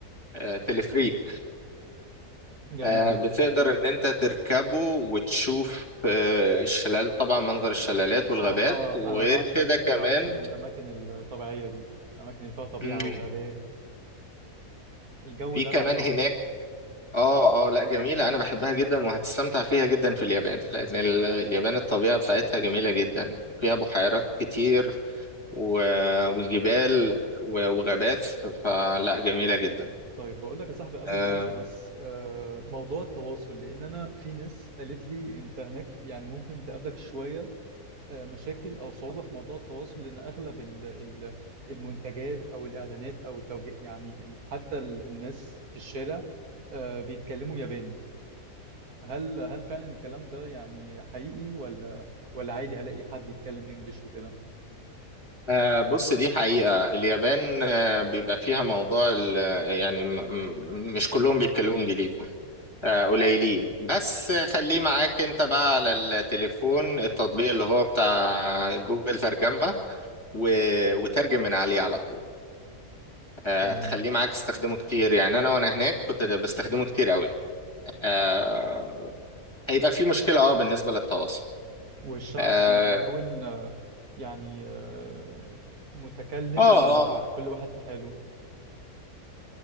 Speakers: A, on the left (about 20°); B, on the right (about 80°).
A: آه، تلفريك
B: جميل
A: آه،
B: جدا
A: بتقدر ان انت تركبه وتشوف آه، الشلال طبعا منظر الشلالات
B: صراحه
A: والغابات وغير
B: انا بعشق
A: كده كمان
B: بعشق الاماكن الطبيعيه دي الاماكن اللي فيها طبيعه
A: مم،
B: وغابات الجو
A: في
B: ده
A: كمان
B: بعشقه
A: هناك اه اه لا جميلة انا بحبها جدا وهتستمتع فيها جدا في اليابان لان ال- اليابان الطبيعة بتاعتها جميلة جدا وفيها بحيرات كتير و... وجبال و... وغابات فلا جميلة جدا
B: طيب بقول لك يا صاحبي قبل
A: آه
B: ما انسى بس آه، موضوع التواصل لان انا في ناس قالت لي انت هناك يعني ممكن تقابلك شويه آه، مشاكل او صعوبه في موضوع التواصل لان اغلب ال- ال- المنتجات او الاعلانات او التوجيه يعني ال- حتى ال- الناس في الشارع آه، بيتكلموا ياباني هل هل فعلا الكلام ده يعني حقيقي ولا ولا عادي هلاقي حد يتكلم انجليش وكده
A: آه، بص دي حقيقة اليابان آه، بيبقى فيها موضوع ال... يعني م... م- مش كلهم بيتكلموا انجليزي آه، قليلين بس خليه معاك انت بقى على التليفون التطبيق اللي هو بتاع جوجل ترجمة و... وترجم من عليه على طول آه،
B: تمام
A: تخليه معاك تستخدمه كتير يعني انا وانا هناك كنت د- بستخدمه كتير قوي آه، هيبقى في مشكلة اه بالنسبة للتواصل
B: والشعب
A: اه
B: متعاون آه، يعني آه، متكلم
A: اه
B: ولا
A: آه،
B: كل واحد في حاله